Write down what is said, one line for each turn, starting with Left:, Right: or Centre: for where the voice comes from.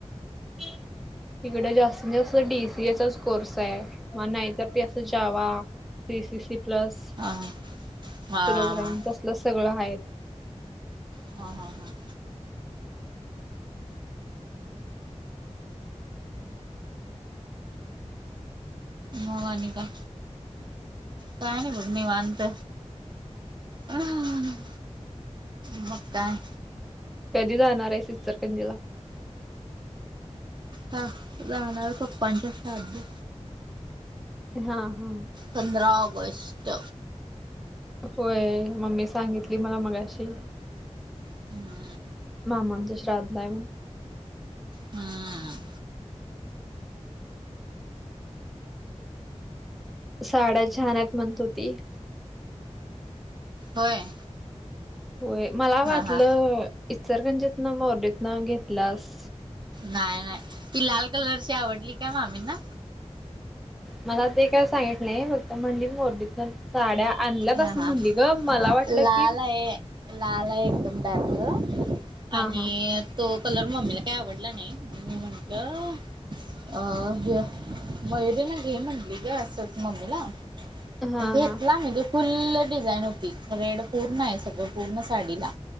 Centre: <inaudible> तिकडे जास्तीत जास्त डीसीएचाच कोर्स आहे, मग नाहीतर त असं जावा. सी सीसी प्लस,
Right: हा हा हा हा हा
Centre: प्रोग्राम तसलं सगळं आहेत.
Right: हा.. हा.. हां.. मग आणि काय, काय नाही बघ निवांत. हम्म. मग काय.
Centre: कधी जाणार आहेस इचरकंजीला.
Right: आता जाणार पप्पांच्या श्राद्धला.
Centre: हा.. हा..
Right: पंधरा ऑगस्ट.
Centre: होय, मम्मी सांगितली मला मगाशी.
Right: हम्म.
Centre: मामानचं श्राद्ध आहे म्हणून.
Right: हम्म.
Centre: साड्या छान आहे म्हणत होती.
Right: होय.
Centre: होय. मला वाटलं
Right: हा हा
Centre: इचलकंरजीतन मोरनीत घेतल्यास.
Right: नाही नाही, ती लाल कलरची आवडली का, मामी ना.
Centre: मला ते काय सांगितली नाही, फक्त मोरणीतन साड्या. आणल्यात
Right: हा
Centre: असं
Right: हा
Centre: म्हणली गं, मला वाटलं
Right: लाल
Centre: की.
Right: आहे लाल हाय एकदम डार्क
Centre: हा
Right: आणि,
Centre: हा
Right: तो कलर मम्मीला काय आवडला नाही, मग मी म्हटलं. अ.. हे मयुरीन घे म्हटली गं असंच मम्मीला.
Centre: हा
Right: घेेतला
Centre: हा
Right: मी दुस फुल्ल डिझाईन होती, रेडं पूर्ण आहे सगळं पूर्ण साडीला.